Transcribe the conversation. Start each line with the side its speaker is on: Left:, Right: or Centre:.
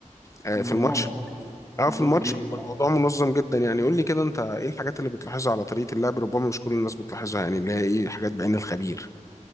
Left: آه،
Centre: الموضوع
Left: في الماتش
Centre: الموضوع كبير
Left: اه
Centre: الموضوع
Left: في الماتش
Centre: كبير
Left: بيبقى
Centre: بصراحه
Left: الموضوع منظم جدا يعني قول لي كده انت ايه الحاجات اللي بتلاحظها على طريقه اللعب ربما مش كل الناس بتلاحظها يعني اللي هي ايه حاجات بعين الخبير